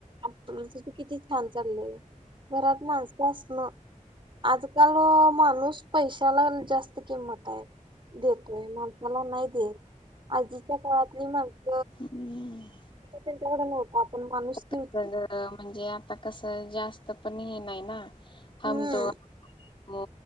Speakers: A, on the right (about 40°); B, on the left (about 40°).
A: आपलं त किती छान चाललय आहे घरात माणसं असणं आजकाल माणूस पैशाला जास्त किंमत आहे देतोय माणसाला नाही देत आजीच्या काळातली माणसं
B: हम्म
A: त्यांच्याकडे नव्हत आपण माणूसकी
B: आता
A: होती
B: म्हणजे आता कसं जास्त पण हे नाही ना हम
A: हम्म
B: दो म